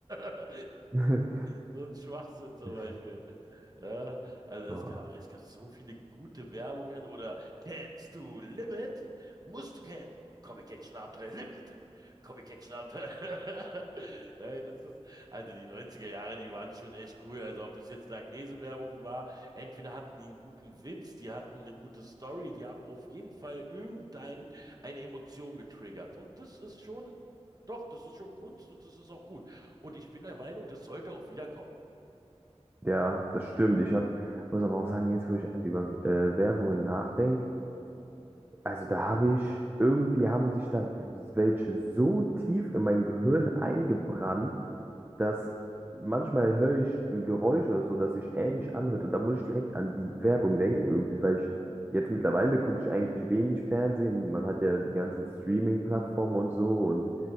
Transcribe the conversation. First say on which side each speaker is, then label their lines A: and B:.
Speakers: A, on the right; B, on the right.
A: <laughs>
B: <laughs>
A: So ein Schwachsinn zum
B: Ich,
A: Beispiel. Ja, also es
B: war-
A: gab, es gab so viele gute Werbungen oder kennst du Limit? Musst du kennen. Comic Action Abenteuer Limit. Comic Action Abend. <laughs> Hey, das ist, also die neunziger Jahre, die waren schon echt cool. Also ob es jetzt Langnese-Werbung war, entweder hatten die einen guten Witz, die hatten eine gute Story, die haben auf jeden Fall irgendeine eine Emotion getriggert. Und das ist schon, doch, das ist schon Kunst und das ist auch gut. Und ich bin der Meinung, das sollte auch wiederkommen.
B: ja, das stimmt. Ich hab, muss aber auch sagen, jetzt, wo ich über äh, Werbungen nachdenke, also da habe ich, irgendwie haben sich da welche so tief in mein Gehirn eingebrannt, dass manchmal höre ich ein Geräusch oder so, das sich ähnlich anhört und da muss ich direkt an die Werbung denken irgendwie, weil ich jetzt mittlerweile gucke ich eigentlich wenig Fernsehen. Man hat ja die ganzen Streaming-Plattformen und so und